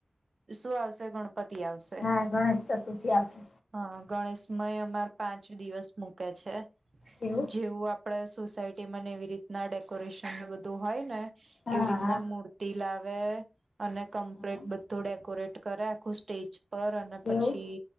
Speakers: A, on the right (about 65°); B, on the left (about 80°).
A: શું આવશે ગણપતિ આવશે
B: હા ગણેશ ચતુર્થી આવશે
A: હા ગણેશમય અમાર પાંચ દિવસ મૂકે છે
B: એવું
A: જેવું આપણે સોસાયટી ને એવી રીતના ડેકોરેશન બધું હોય ને.
B: હા
A: એવી રીતના
B: હા
A: મૂર્ લાવે અને કમ્પ્લેટ
B: હા
A: બધું ડેકોરેટ કરે આખું સ્ટેજ પર અને પછી
B: એવું